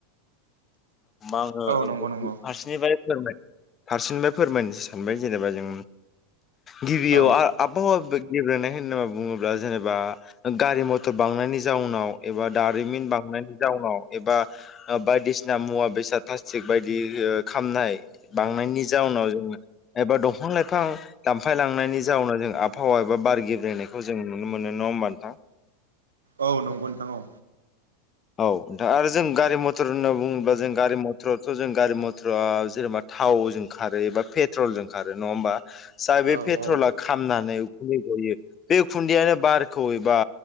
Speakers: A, on the left; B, on the right.
A: आङो
B: औ नंगौ नंगौ
A: फारसेनिफाय फोरमाय फारसिनिफाय फोरमायनोसै सानबाय जेनेबा जों गिबियाव
B: औ
A: आ आबहावा गेब्रेनाय होनना बुङोब्ला जेनेबा गारि मथर बांनायनि जाउनाव एबा दारिमिन बांनायनि जाउनाव एबा बायदिसिना मुवा बेसाद प्लास्टिक बायदि ओ खामनाय बांनायनि जाउनाव जोङो एबा दंफां-लाइफां दानफायलांनायनि जाउनाव जों आबहावा एबा बार गेब्रायनायखौ जों नुनो मोनो नङा ओमबा नोंथां
B: औ नंगौ नोंथां औ
A: औ नोंथां आरो जों गारि मथर होनना बुङोबा जों गारि मथराथ' जों गारि मथरा जेनेबा थावजों खारो एबा पेट्रलजों खारो नङा होमबा जाय बे
B: औ
A: पेट्रला खामनानै खुन्दै गयो बे खुन्दैयानो बारखौ एबा